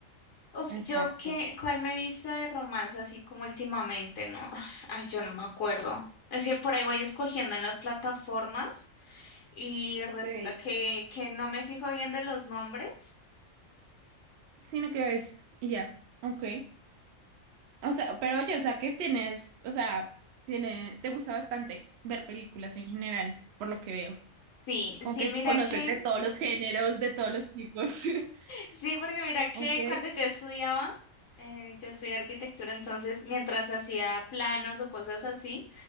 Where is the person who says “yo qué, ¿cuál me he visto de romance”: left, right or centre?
Left